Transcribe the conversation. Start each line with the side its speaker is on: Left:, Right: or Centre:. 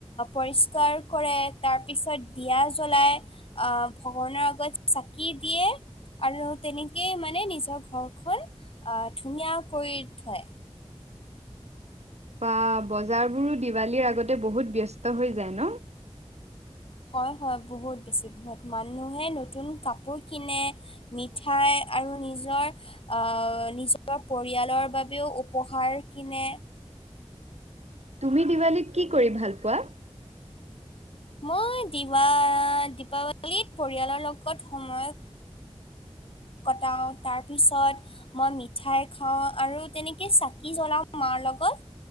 Left: পৰিষ্কাৰ কৰে, তাৰপিছত দিয়া জ্বলাই। আহ, ভগৱানৰ আগত চাকি দিয়ে। আৰু তেনেকেই মানে নিজৰ ঘৰখন আহ ধুনীয়া কৰি থয়।
Right: বা, বজাৰ বোৰো দিৱালীৰ আগতে বহুত ব্যস্ত হৈ যায় ন।
Left: হয়, হয়, বহুত বেছি বহুত মানুহে নতুন কাপোৰ কিনে। মিঠাই আৰু নিজৰ আহ, নিজৰ পৰিয়ালৰ বাবেও উপহাৰ কিনে।
Right: তুমি দিৱালীত কি কৰি ভাল পোৱা?
Left: মইৱা দীপাৱলীত পৰিয়ালৰ লগত সময় কটাওঁ, তাৰপিছত মই মিঠাই খাওঁ আৰু তেনেকে চাকি জ্বলাও মাৰ লগত,